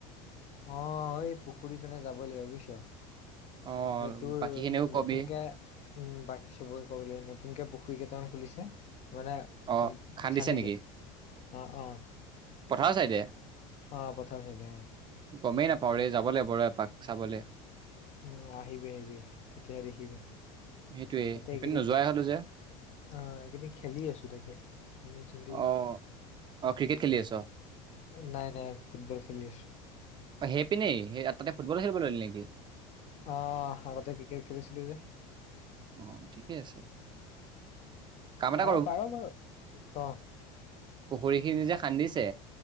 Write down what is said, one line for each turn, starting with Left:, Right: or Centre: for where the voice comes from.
Left: অ', এই পুখুৰী পিনে যাব লাগিব বুজিছ।
Right: অ
Left: সেইটোৰ
Right: বাকী
Left: উম'
Right: খিনিও
Left: নতুনকে
Right: কবি
Left: উম', বাকী চবকে ক'ব লাগিব, নতুনকে পুখুৰী কেইটামান খুলিছে, মানে
Right: অ
Left: উম', খান্দিছে,
Right: নেকি
Left: অ' অ'
Right: পথাৰ চাইডে
Left: অ', পথাৰৰ ছাইডে অ'।
Right: গমেই নাপাওঁ ৰে যাব লাগিব ৰ এপাক চাবলে
Left: উম আহিবি আহিবি তেতিয়া দেখিবি
Right: সেইটোয়ে
Left: তাতে
Right: সেইপিনে
Left: এইকেইদিন
Right: নোযোৱাই হলো যে
Left: অ এইখিনি খেলি আছো তাকে যদি
Right: অ অ ক্ৰিকেট খেলি আছ
Left: নাই নাই ফুটবল খেলি আছো
Right: অ সেই পিনে সেই তাতে ফুটবল খেলিব ললি নেকি
Left: অ আগতে ক্ৰিকেট খেলিছিলো যে
Right: অ ঠিকেই আছে কাম এটা
Left: আৰু পাৰ বাৰু ক
Right: পুখুৰী খিনি যে খান্দিছে